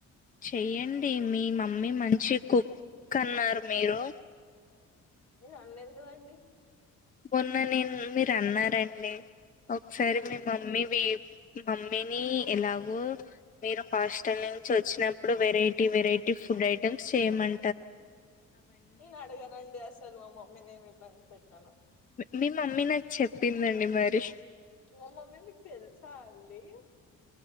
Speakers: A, on the left (about 25°); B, on the left (about 60°).
A: చెయ్యండి మీ మమ్మీ మంచి కుక్ అన్నారు మీరు
B: నేను అనలేదు కదండి.
A: మొన్న నేను మీరు అన్నారండి. ఒకసారి
B: అది
A: మీ మమ్మీ మీ మమ్మీని ఏలగో మీరు హాస్టల్ నుంచి వోచ్చిన ఆ ప్పుడు వెరైటీ వెరైటీ ఫుడ్ ఐటెమ్స్ చేయమం
B: నేను అడగానండి అసలు మా మమ్మీ నేమి ఇబ్బంది పెట్టాను.
A: మీ మమ్మీ నాకు చెప్పిందండి. మరి
B: మా మమ్మీ మీకు తెలుసా అండి.